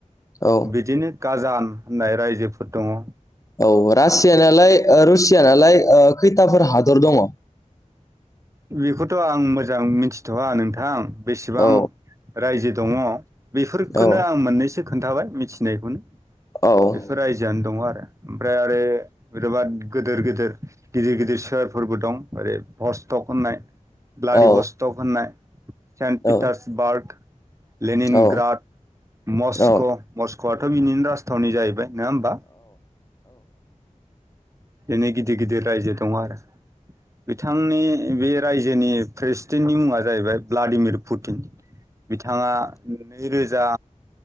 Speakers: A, on the left (about 25°); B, on the right (about 25°).
A: औ
B: बिदिनो गाजान होननाय रायजोफोर दङ
A: औ रासियानालाय रुसियानालाय खैथाफोर हादर दङ
B: बेखौथ' आं मोजां मिथि थ'वा नोंथां बेसेबां
A: औ
B: रायजो दङ बेफोरखोनो
A: औ
B: आं मोननैसो खोन्थाबाय मिथिनायखौनो
A: औ
B: बेफोर रायजोआनो दङ आरो ओमफ्राय आरो बेबाद गिदिर गिदिर गिदिर गिदिर सोरफोरबो दं ओरै ट होननाय ब्लाडि
A: औ
B: बस्ट' होननाय सेन्ट
A: औ
B: पिटार्सबार्ग लेनिनग्राद
A: औ
B: मस्क'
A: औ
B: मस्क'आथ' बिनिनो राजथावनि जाहैबाय नङा होमबा बिनि गिदिर गिदिर रायजो दङ आरो बिथांनि बे रायजोनि प्रेसिडेन्टनि मुङा जाहैबाय भ्लाडिमिर पुटिन बिथाङा नैरोजा